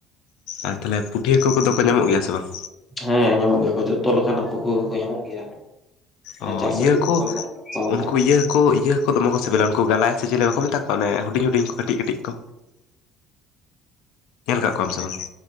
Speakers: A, on the left; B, on the left.
A: ᱟᱨ ᱛᱟᱦᱞᱮ ᱯᱩᱴᱷᱤ ᱦᱟᱹᱠᱩ ᱠᱚᱫᱚ ᱠᱚ ᱧᱟᱢᱚᱜ ᱜᱮᱭᱟ ᱥᱮ ᱵᱟᱝ?
B: ᱦᱮᱸ ᱧᱟᱢᱚᱜ ᱜᱮᱭᱟ ᱠᱚ, ᱡᱚᱛᱚ ᱞᱮᱠᱟᱱ ᱦᱟᱹᱠᱩ ᱠᱚᱜᱮ ᱠᱚ ᱧᱟᱢᱚᱜ ᱜᱮᱭᱟ᱾ ᱟᱨ
A: ᱚ
B: ᱪᱟᱥ
A: ᱤᱭᱟᱹ
B: ᱦᱟᱹᱠᱩ
A: ᱠᱚ
B: ᱠᱚᱦᱚᱸ ᱢᱮᱱᱟᱜ ᱠᱟᱜ ᱠᱚᱣᱟ ᱚᱱᱠᱟ
A: ᱩᱱᱠᱩ ᱤᱭᱟᱹ ᱦᱟᱠᱩ ᱤᱭᱟᱹ ᱠᱚ ᱫᱚᱢᱮᱠᱚ ᱥᱤᱵᱤᱞᱟ, ᱩᱱᱠᱩ ᱜᱟᱞᱟᱭ ᱥᱮ ᱪᱮᱞᱮ ᱵᱟᱠᱚ ᱢᱮᱛᱟ ᱠᱚᱣᱟ ᱚᱱᱮ ᱦᱩᱰᱤᱧ ᱦᱩᱰᱤᱧ ᱠᱚ ᱠᱟᱹᱴᱤᱡ ᱠᱟᱹᱴᱤᱡ ᱠᱚ᱾ ᱧᱮᱞ ᱠᱟᱫ ᱠᱚᱣᱟᱢ ᱥᱮ ᱵᱟᱝ?